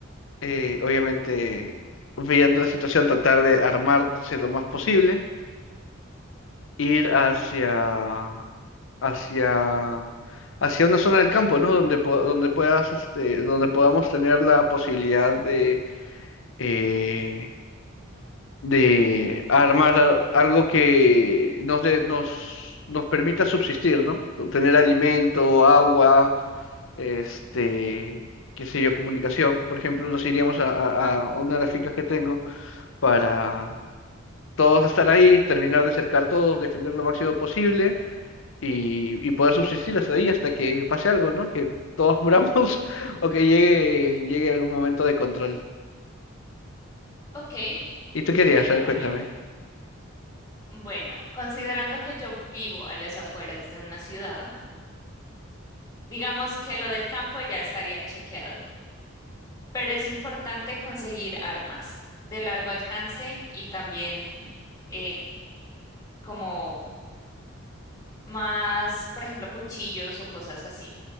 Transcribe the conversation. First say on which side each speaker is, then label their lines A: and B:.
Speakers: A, on the left; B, on the left.
A: eh, obviamente, viendo la situación, tratar de armarse lo más posible. Ir hacia, hacia, hacia una zona del campo, ¿no? Donde, po- donde puedas, este, donde podamos tener la posibilidad de, eh, de armar a- algo que nos, dé- nos, nos permita subsistir, ¿no? Tener alimento, agua, este, qué sé yo, comunicación. Por ejemplo, nos iríamos a, a- a una de las fincas que tengo para todos estar ahí, terminar de cercar todos, defender lo máximo posible y, y poder subsistir hasta ahí, hasta que pase algo, ¿no? Que todos muramos <laughs> o que llegue, llegue algún momento de control.
B: Ok,
A: ¿Y tú querías?
B: eh,
A: A
B: vale.
A: ver, cuéntame.
B: Bueno, considerando que yo vivo a las afueras de una ciudad, digamos que lo del campo ya estaría chequeado, pero es importante conseguir armas de largo alcance y también eh, como más, por ejemplo, cuchillos o cosas así.